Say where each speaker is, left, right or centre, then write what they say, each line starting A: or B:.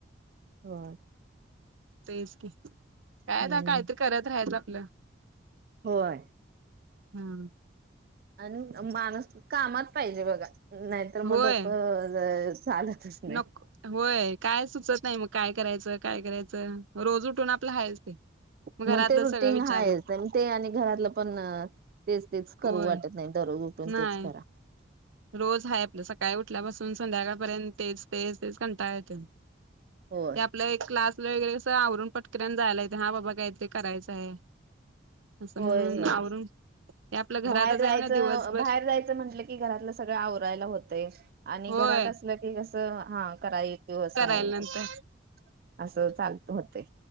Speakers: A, on the right; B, on the right.
A: हो
B: तेच की काय
A: हम्म
B: काहीतरी करत राहायचं आपलं
A: होय.
B: हम्म.
A: आणि माणूस कामात पाहिजे बघा. नाहीतर मग
B: होय
A: डोकं चालतच नाही.
B: नक होय काय सुचत नाही मग काय करायचं. काय करायचं, रोज उठून आपलं हायच ते घरातलं
A: मग ते रुटीन
B: सगळं विचारत
A: हाय ते आणि घरातलं पण तेच तेच करू
B: होय
A: वाटत नाही. ज उठून
B: नाही
A: तेच करा.
B: रोज आहे आपला सकाळी उठल्यापासून संध्याकाळपर्यंत तेच तेच तेच कंटा येेत. ते
A: होय
B: आपल्या एक क्लास तु वगैरे अससं आवरून पटकऱ्यान जायला येते, हा बाबा काहीतरी करायचं आहे. असं
A: होय
B: म्हणून
A: होय
B: आवरून ते आपलं
A: बाहेर
B: घरातच
A: जायचं
B: आहे म्हणा दिवसभर
A: बाहेर जायचं म्हंटलं की घरातलं सगळं आरायला होतय, आणि
B: होय
A: घरात अस की हा कराय येतंय असं
B: करायला नंतर
A: असं. असं चालत होते.